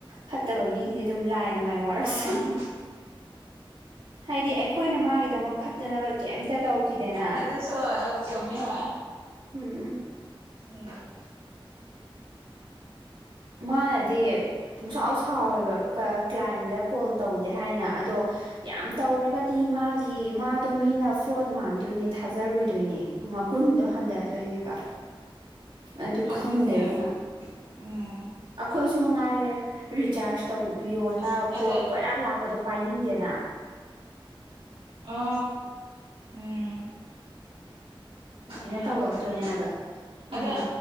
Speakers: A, on the right (about 65°); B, on the right (about 85°).
A: ꯐꯠꯇꯕ ꯃꯤꯒꯤꯗꯤ ꯑꯗꯨꯝ ꯂꯥꯏ ꯥꯏ ꯋꯥꯔꯛꯁꯅꯤꯡ
B: ꯑꯥ
A: ꯍꯥꯏꯗꯤ ꯑꯩꯈꯣꯏꯅ ꯃꯥꯒꯤꯗꯃꯛ ꯐꯠꯇꯅꯕ ꯀꯩꯝꯇ ꯇꯧꯈꯤꯗꯦꯅ
B: ꯑꯗꯨ ꯑꯗꯨ ꯁꯣ ꯆꯣꯃꯤ ꯍ
A: ꯎꯝ
B: ꯎꯝ
A: ꯃꯥꯅꯗꯤ ꯄꯨꯡꯁꯥꯎ ꯁꯥꯎꯔꯤꯕ ꯀ꯭ꯂꯥꯏꯟꯗ ꯀꯣꯜ ꯇꯧꯗꯦ ꯍꯥꯏꯅ ꯑꯗꯣ ꯌꯥꯝ ꯇꯧꯔꯒꯗꯤ ꯃꯥꯒꯤ ꯃꯥꯗꯣ ꯃꯤꯅ ꯐ꯭ꯔꯣꯠ ꯃꯥꯟꯗꯣꯏꯅꯦ ꯊꯥꯖꯔꯣꯏꯗꯣꯏꯅꯦ ꯃꯒꯨꯟꯗꯣ ꯍꯟꯊꯑꯗꯣꯏꯅꯦꯕ ꯑꯗꯨ
B: ꯑꯗꯨꯅꯦ
A: ꯈꯪꯗꯦꯕ ꯃꯥ
B: ꯎꯝ
A: ꯑꯩꯈꯣꯏꯁꯨ ꯃꯉꯥꯏꯔꯦ ꯔꯤꯆꯥꯔꯖ ꯇꯧꯕꯤꯌꯣꯅ
B: ꯑꯁ
A: ꯀꯣꯜ
B: ꯑꯗ
A: ꯀꯣꯏꯔꯥꯡ ꯂꯥꯛꯄꯗꯣ ꯄꯥꯏꯅꯤꯡꯗꯦꯅ
B: ꯑ ꯎꯝ ꯑꯗꯨꯃꯥꯏꯅ
A: ꯇꯧꯔꯛꯇꯣꯏꯅꯦ
B: ꯍꯣꯏ
A: ꯍꯥꯏꯕ ꯎꯝ
B: ꯑꯗ